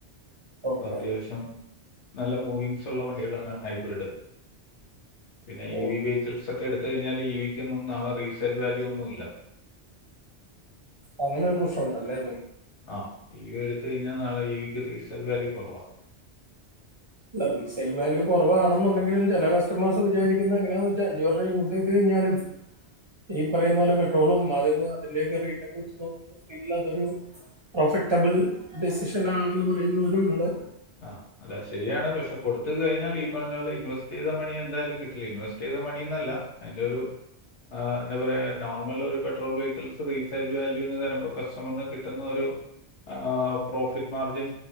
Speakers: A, on the right (about 30°); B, on the left (about 85°).
A: ഓക്കെ
B: അപ്പോഅത്യാവശ്യം നല്ല മൂവിങ്സ് ഉള്ള വണ്ടികളാണ് ഹൈബ്രിഡ് പിന്നെ
A: ഓ,
B: ഇ വി വെഹിക്കിൾസ് ഒക്കെ എടുത്ത കഴിഞ്ഞാൽ ഇ വിക്കൊന്നും നാളെ റീസെൽ വാല്യൂ ഒന്നുല്ല
A: അങ്ങനെ ഒരു പ്രശ്നംഉ ണ്ടല്ലേ
B: ആ ഇ വി എടുത്ത കഴിഞ്ഞാൽ നാളെ ഇ വിക്ക് റീസെൽ വാല്യു കുറവാ
A: റീസെൽ വല്യൂ കുറവാണെന്നണ്ടെങ്കില ചില കസ്റ്റമേഴ്സ് വിചാരിക്കുന്നത് അങ്ങനെഅഞ്ചു കൊല്ലം യൂസ് ചെയ്ത് കഴിഞ്ഞ ന്നാലും ഈ പറയുന്ന പോലെ പെട്രോളും മാധ അതിെ റക്കെ വെച്ച് നോക്കുമ്പോ സ്റ്റ അതൊരു കട്ട ബിൾ ഡിസിഷൻ ആണെന്ന് പറയുന്നവര ഉണ്ടൊ
B: ആഹ അല്ല ശരിയാണ് പക്ഷെ കൊടുത്ത് കഴിഞ്ഞാൽ ഈ പറഞ്ഞള് ഇൻവെസ്റ്റ് ചെയ്ത മണി എന്തായാലും കിട്ടില്ല ഇൻവെസ്റ്റ് ചെയ്ത ന്ത മണിനല്ലഅയിന്റോ രു അ എന്താപറ normal petrol vehicles resale value എന്ന് തരുമ്പോ കസ്റ്റമറിന് കിട്ടുന്ന ഒരു ആ പ്രോഫിറ്റ് മാർജിൻ